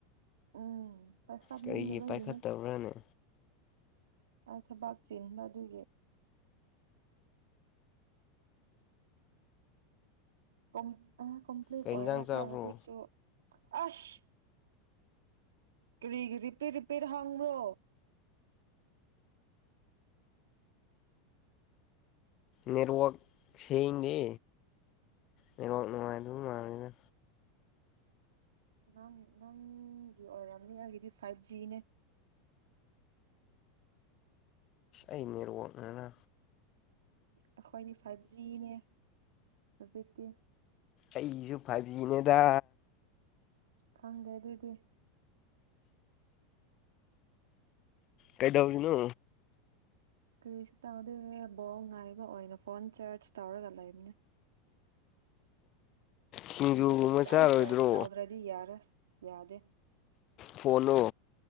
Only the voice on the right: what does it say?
ꯎꯝ ꯄꯥꯏꯈꯠꯅꯤꯡꯗꯕꯒꯤꯅꯦ
ꯑ ꯊꯕꯥꯛ ꯆꯤꯟ ꯑꯗꯨꯒꯤ ꯑꯣ ꯑ ꯀꯝꯄ꯭ꯂꯤꯠ
ꯑꯣꯏꯔꯒ
ꯍꯧꯖꯤꯛꯁꯨ ꯑꯁ ꯔꯤꯔꯤꯄꯄꯔ ꯍꯪ꯭ꯔꯣ
ꯅꯪ ꯅꯪꯒꯤ ꯑꯣꯏꯔꯝꯅꯤ ꯑꯩꯒꯤꯗꯤ ꯐꯥꯏꯚ ꯖꯤꯅꯦ
ꯑꯩꯈꯣꯏꯗꯤ ꯐꯥꯏꯚ ꯖꯤꯅꯦ ꯍꯧꯖꯤꯛ ꯑꯣꯠꯇ
ꯈꯪꯗꯦ ꯑꯗꯨꯏꯗꯤ
ꯀꯔꯤꯁꯨ ꯇꯥꯗꯦ ꯕꯣꯜ ꯉꯥꯏꯕ ꯑꯣꯏꯅ ꯐꯣꯟ ꯆꯥꯔꯖ ꯇꯧꯔꯒ ꯂꯩꯕꯅꯦ
ꯁꯤꯔꯤ ꯐꯖꯅ
ꯆꯁꯇꯗ꯭ꯔꯗꯤ ꯌꯥꯔ ꯌꯥꯗꯦ